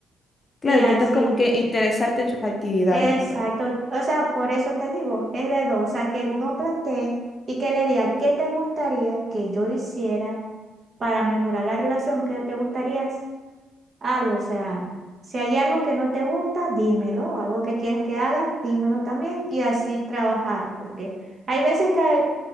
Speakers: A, on the left; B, on the right.
A: Claro,
B: y así.
A: intentas como que interesarte en sus actividades,
B: Exacto.
A: pues.
B: O sea, por eso te digo, es de dos, o sea, que los dos planteen y que le diga qué te gustaría que yo hiciera para mejorar la relación, qué te gustaría algo, o sea, si hay algo que no te gusta, dímelo, o algo que quieras que hagas, dímelo también y así trabajar, porque hay veces que